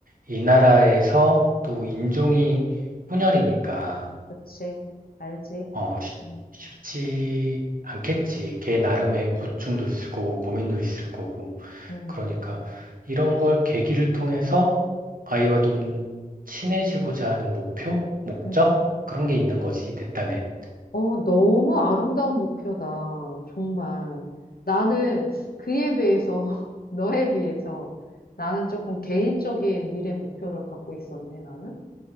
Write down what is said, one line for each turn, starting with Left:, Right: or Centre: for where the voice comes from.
Right: 이 나라에서 또 인종이 혼혈이니까
Left: 그치. 알지.
Right: 어, 쉽-
Left: 음,
Right: 쉽지 않겠지. 걔 나름의 고충도 있을 거고 고민도 있을 거고.
Left: 음,
Right: 그러니까 이런 걸 계기를 통해서 아이와 좀 친해지고자 하는 목표, 목적
Left: 음.
Right: 그런 게 있는 거지, 내 딴엔.
Left: 어, 너무 아름다운 목표다. 정말. 나는 그에 비해서, <laughs> 너에 비해서, 나는 조금 개인적인 미래 목표를 갖고 있었네, 나는.